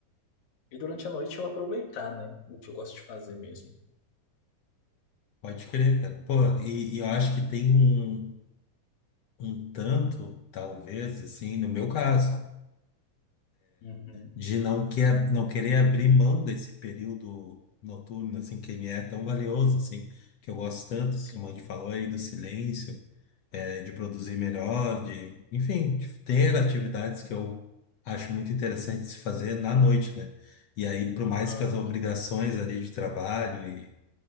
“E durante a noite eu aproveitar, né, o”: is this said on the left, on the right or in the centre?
Left